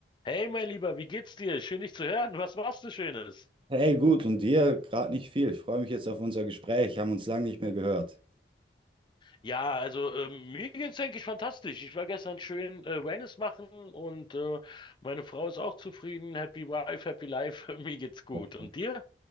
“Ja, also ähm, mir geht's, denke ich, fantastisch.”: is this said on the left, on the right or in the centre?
Left